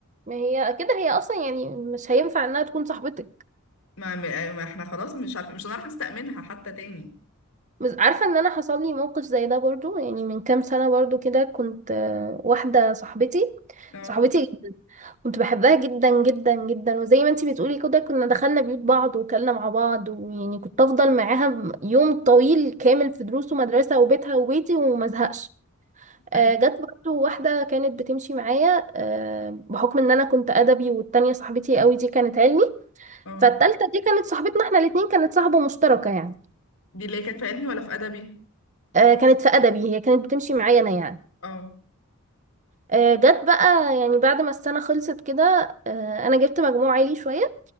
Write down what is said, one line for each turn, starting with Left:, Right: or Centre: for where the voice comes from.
Right: ما هي كده هي أصلا يعني مش هينفع إنها تكون صاحبتك
Left: ما, ما ما احنا خلاص مش عارف مش هنعرف نستأمنها حتى تاني
Right: بس عارفة إن أنا حصل لي موقف زي ده برضو يعني من كام سنة برضو كده كنت آه، واحدة صاحبتي
Left: اه
Right: صاحبتي جدا كنت بحبها جدا جدا جدا وزي ما انتي بتقولي كده كنا دخلنا بيوت بعض وكلنا مع بعض ويعني كنت أفضل معاها يوم طويل كامل في دروس ومدرسة وبيتها وبيتي ومزهقش
Left: اي
Right: آه، جت برضو واحدة كانت بتمشي معايا آه، بحكم ان انا كنت ادبي والتانية صاحبتي قوي دي كانت علمي
Left: اه
Right: فالتالتة دي كانت صاحبتنا احنا الاتنين كانت صاحبة مشتركة يعني
Left: دي اللي هي كانت في علمي ولا في ادبي
Right: آه، كانت في ادبي هي كانت بتمشي معايا انا يعني
Left: اه
Right: آه، جت بقى يعني بعد ما السنة خلصت كده آه، انا جبت مجموع عالي شوية